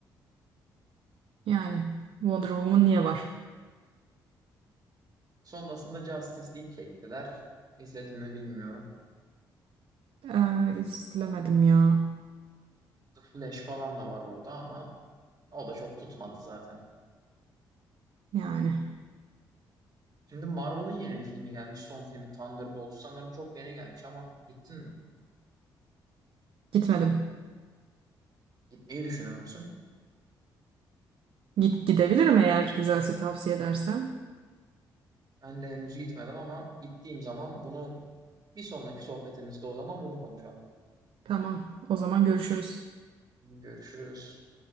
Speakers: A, on the right; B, on the right.
A: Yani. Wonder Woman niye var?
B: Sonrasında Justice League çektiler. İzledin mi bilmiyorum.
A: Eee izlemedim ya.
B: The Flash falan da var orada ama o da çok tutmadı zaten.
A: Yani.
B: Şimdi Marvel'ın yeni bir filmi gelmiş. Son filmi Thunderbolts sanırım çok yeni gelmiş ama gittin mi?
A: Gitmedim.
B: Gitmeyi düşünür müsün?
A: Git gidebilirim eğer güzelse tavsiye edersen.
B: Ben de henüz gitmedim ama gittiğim zaman bunu bir sonraki sohbetimizde o zaman bunu konuşalım.
A: Tamam, o zaman görüşürüz.
B: Görüşürüz.